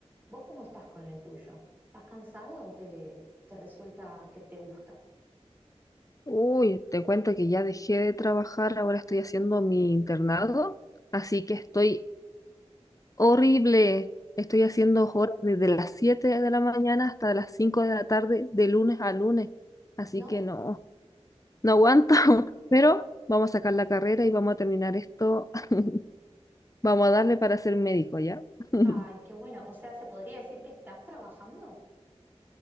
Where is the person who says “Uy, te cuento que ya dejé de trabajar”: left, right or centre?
Left